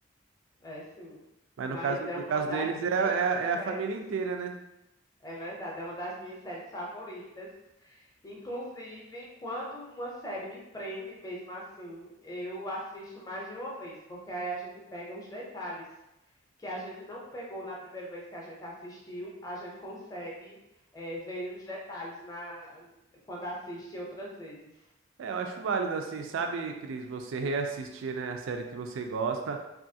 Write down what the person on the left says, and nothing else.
É, sim.
Mas
é
uma
das
minhas
séries.
É verdade, é uma das minhas séries favoritas. Inclusive, quando uma série me prende mesmo assim, eu assisto mais de uma vez, porque aí a gente pega os detalhes que a gente não pegou na primeira vez que a gente assistiu, a gente consegue, eh, ver os detalhes na- quando assiste outras vezes.